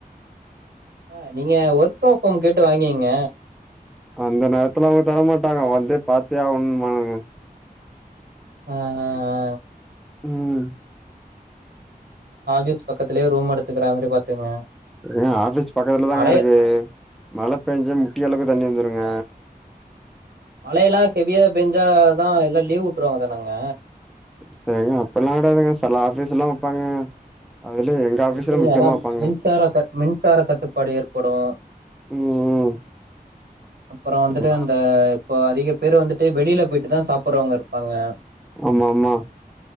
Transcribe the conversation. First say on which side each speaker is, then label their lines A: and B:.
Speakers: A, on the right; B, in the centre.
A: ஆ நீங்க ஒர்க் ஃப்ரம் ஹோம் கேட்டு வாங்கீங்க
B: அந்த நேரத்துல அவுங்க தரமாட்டாங்க வந்தே பாத்தே ஆவணும்பானுங்க
A: ஆ ஆ
B: ம்
A: பிஸ் பக்கத்துலே ரூம் எடுத்துக்கிற மாரி பாத்துக்கங்க.
B: ஏங்க ஆபீஸ் பக்கத்துலதாங்க
A: மழை
B: இருக்கு மழ பேஞ்சா முட்டி அளவு தண்ணி வந்துருங்க
A: மழயெல்லாம் ஹெவியா பேஞ்சாதா எல்லா லீவ் உட்டுருவாங்க தானங்க
B: செரிங்க அப்பலாம் கெடையாதுங்க செல ஆஃபீஸ்ல்லாம் வைப்பாங்கங்க அதுல எங் க ஆபீஸ்லா
A: எப்படியும்
B: முக்கியமா
A: அதான்
B: வப்பாங்க
A: மின்சார தட் மின்சார தட்டுப்பாடு ஏற்படும்.
B: ம்
A: அப்றோ வந்துட்டு
B: ம்
A: அந்த இப்போ அதிகப் பேரு வந்துட்டு வெளிலப் போயிட்டுதா சாப்புறவுங்க இருப்பாங்க
B: ஆமா ஆமா